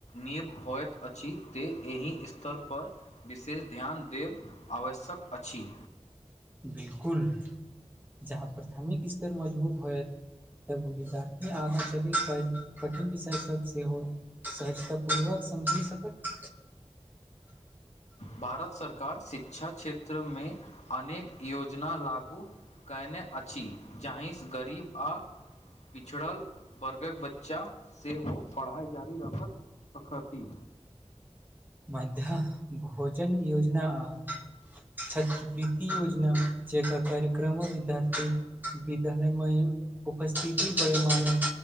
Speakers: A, on the left; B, on the right.
A: नीव होइत अछि ते एहि स्तर पर विशेष ध्यान देब आवश्यक सक अछि
B: बिलकुल जहाँ प्रथमिक स्तर मजबूत होयत तब विद्यार्थी आगाँ चलि क कठिन विषय सब सेहो सहजता पूर्वक समझी सकत
A: भारत सरकार शिक्षा क्षेत्र मे अनेक योजना लागू कयने अछि जाहिसँ गरीब अ पिछड़ल वर्गक बच्चा सेहो पढ़ाइ जारी रखत सखति
B: मध्य भोजन योजना आ छात्रवृति योजना जेकर कार्यक्रम विद्यार्थी विद्यालय म उपस्थिति बरेमामे